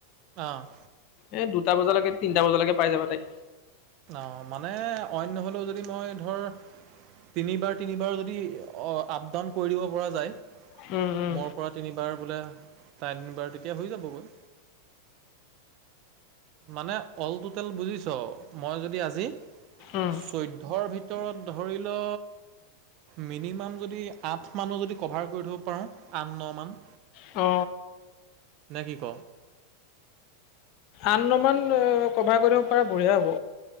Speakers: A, on the right; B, on the left.
A: অ',
B: এ দুটা বজালৈকে তিনিটা বজালৈকে পাই যাবা তাইক।
A: ন মানে অইন নহ'লেও যদি মই ধৰ তিনিবাৰ - তিনিবাৰ যদি আপ ডাউন কৰি দিব পৰা যায়।
B: উম, উম,
A: মোৰ পৰা তিনিবাৰ বোলে তাই তিনিবাৰ তেতিয়া হৈ যাবগৈ। মানে অল টুটেল বুজিছ মই যদি আজি
B: উম,
A: চৈধ ধৰ ভিতৰত ধৰি ল মিনিমাম যদি আঠ মানো যদি কভাৰ কৰি থ'ব পাৰোঁ আঠ ন মান
B: অ।
A: নে কি ক
B: আন্নমান ন কভাৰ কৰিব পাৰা বঢ়িয়া হ'ব।